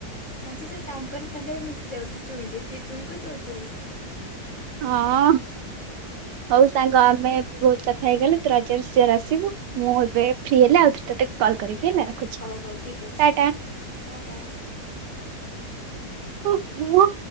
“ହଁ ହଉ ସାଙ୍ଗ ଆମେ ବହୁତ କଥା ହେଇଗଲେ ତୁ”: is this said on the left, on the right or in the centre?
Right